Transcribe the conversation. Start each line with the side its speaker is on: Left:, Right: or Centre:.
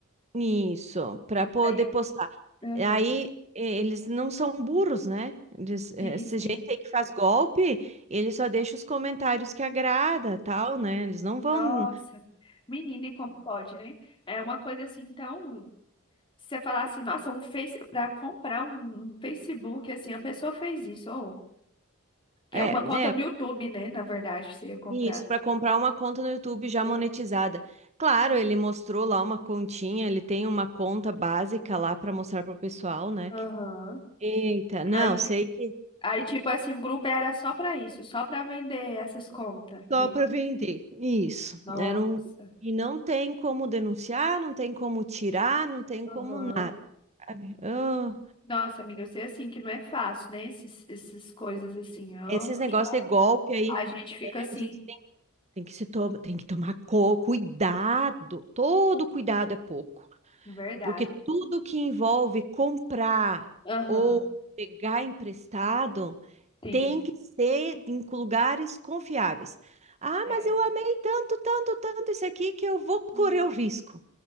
Right: Isso, para poder
Left: Aí.
Right: postar.
Left: Aham.
Right: Aí eh, eles não são burros, né? Eles, eh,
Left: Sim,
Right: essa
Left: sim.
Right: gente aí que faz golpe, ele só deixa os comentários que agrada, tal, né? Eles não vão,
Left: Nossa, menina, e como pode, né? É uma coisa assim, então, se você falar assim, nossa, um Face, para comprar um Facebook, assim, a pessoa fez isso, ou que
Right: é,
Left: é uma
Right: né?
Left: conta no YouTube, né? Na verdade, você ia comprar.
Right: Isso, para comprar uma conta no YouTube já
Left: Que-
Right: monetizada. Claro, ele mostrou lá uma continha, ele tem uma conta básica lá para mostrar pro pessoal, né?
Left: Aham.
Right: Eita, não,
Left: Aí, ti-
Right: sei que
Left: aí, tipo assim, o grupo era só pra isso, só pra vender essas contas aqui.
Right: Só para vender. Isso.
Left: Nossa.
Right: Era um... E não tem como denunciar, não tem como tirar, não tem como
Left: Aham.
Right: nada, sabe? Ah,
Left: Nossa, amiga, eu sei assim que não é fácil, né? Esses, essas coisas assim, eu
Right: esses negócios
Left: te falo.
Right: de golpe aí,
Left: A gente fica
Right: é,
Left: assim,
Right: a gente tem, tem que se to... tem que tomar co- cuidado. Todo cuidado é pouco.
Left: de verdade.
Right: Porque tudo que envolve comprar
Left: Aham.
Right: ou pegar emprestado
Left: Sim.
Right: tem que ser em lugares confiáveis. Ah,
Left: É.
Right: mas eu amei tanto, tanto, tanto isso aqui que eu vou
Left: <laughs>
Right: correr
Left: Uhum.
Right: o risco.